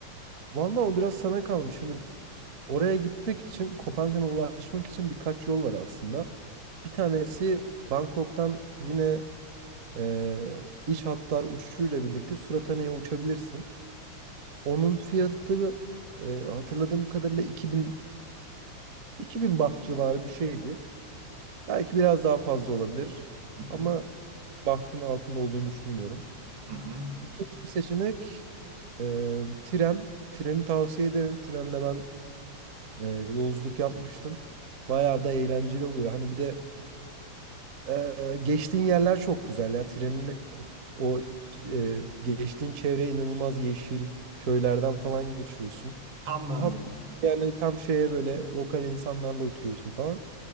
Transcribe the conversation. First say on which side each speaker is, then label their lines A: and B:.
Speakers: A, on the right; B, on the right.
A: Vallahi o biraz sana kalmış. Şimdi oraya gitmek için, Kopenhag'a ulaşmak için birkaç yol var aslında. Bir tanesi Bangkok'tan yine e, iç hatlar uçuşuyla birlikte Surahane'ye uçabilirsin. Onun fiyatı e, hatırladığım kadarıyla 2000 2000 baht civarı bir şeydi. Belki biraz daha fazla olabilir
B: Hı hı,
A: ama bahtın altında olduğunu düşünmüyorum.
B: hı hı.
A: İkinci bir seçenek e, tren. Treni tavsiye ederim. Trenle ben e, yolculuk yapmıştım. Bayağı da eğlenceli oluyor. Hani bir de e, geçtiğin yerler çok güzel ya. Trenin e, o e, geçtiğin çevre inanılmaz yeşil. Köylerden falan geçiyorsun.
B: Tam benlik.
A: Tat yani tam şeye böyle lokal insanlarla oturuyorsun falan.